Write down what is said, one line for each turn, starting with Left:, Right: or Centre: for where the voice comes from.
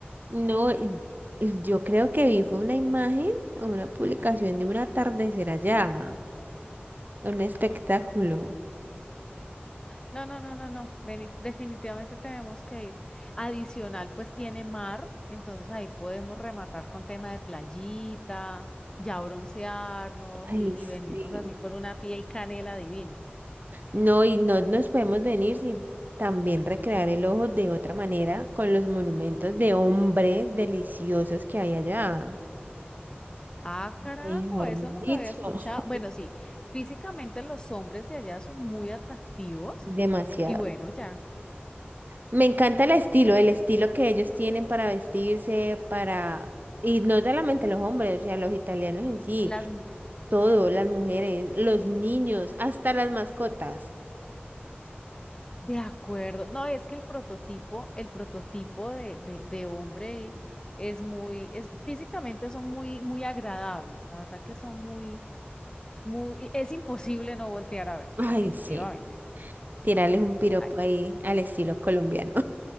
Right: No, y- y yo creo que vi fue una imagen o una publicación de un atardecer allá, un espectáculo.
Left: No, no, no, no, no. Vení, definitivamente tenemos que ir. Adicional, pues tiene mar, entonces ahí podemos rematar con tema de playita, ya broncearnos
Right: Ay,
Left: y, y
Right: sí.
Left: venirnos así con una piel canela divina.
Right: No, y no nos podemos venir sin también recrear el ojo de otra manera con los monumentos de hombres deliciosos que hay allá.
Left: Ah, carajo,
Right: Mejor
Left: eso
Right: dicho.
Left: no lo había escuchado.
Right: <laughs>
Left: Bueno, sí, físicamente los hombres de allá son muy atractivos
Right: Demasiado.
Left: y bueno, ya.
Right: Me encanta el estilo, el estilo que ellos tienen para vestirse, para... Y no solamente los hombres, o sea, los italianos en sí,
Left: Las mujeres
Right: todo, las mujeres, los niños, hasta las mascotas.
Left: De acuerdo. No, es que el prototipo, el prototipo de, de, de hombre es muy, es, físicamente son muy, muy agradables. La verdad que son muy, muy, es imposible no voltear a ver,
Right: Ay,
Left: definitivamente.
Right: sí, tirarles un piropo
Left: Ay,
Right: ahí
Left: no.
Right: al estilo colombiano.